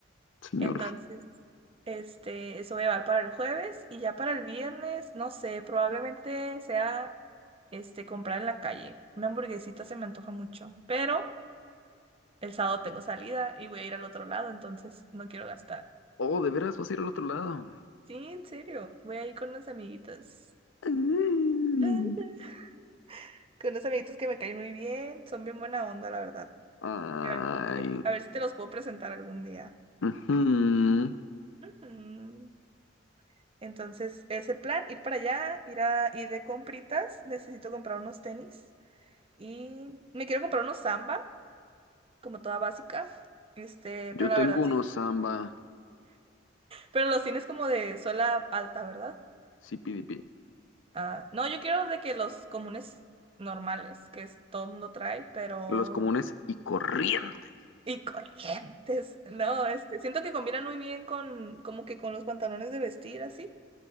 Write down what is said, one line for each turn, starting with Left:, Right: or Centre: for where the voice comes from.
Left: señor.
Right: Entonces, este, eso voy a llevar para el jueves y ya para el viernes, no sé, probablemente sea, este, comprar en la calle. Una hamburguesita se me antoja mucho, pero... El sábado tengo salida y voy a ir al otro lado, entonces no quiero gastar.
Left: Oh, de veras vas a ir al otro lado.
Right: Sí, en serio, voy a ir con unos amiguitos.
Left: Ay.
Right: <laughs> Con unos amiguitos que me caen muy bien, son bien buena onda, la verdad.
Left: Ay.
Right: A ver, si te a ver si te los puedo presentar algún día.
Left: Ujú.
Right: Ujú. Entonces, es el plan, ir para allá, ir a ir de compritas, necesito comprar unos tenis y me quiero comprar unos Samba, como toda básica. Este,
Left: Yo
Right: pero la
Left: tengo
Right: verdad
Left: unos
Right: sí, sí.
Left: samba,
Right: Pero los tienes como de suela alta, ¿verdad?
Left: sí CPDP,
Right: Ah, no, yo quiero de que los comunes normales, que es- todo el mundo trae, pero...
Left: los comunes y corriente.
Right: Y corrientes. <laughs> No, este, siento que combinan muy bien con, como que con los pantalones de vestir, así,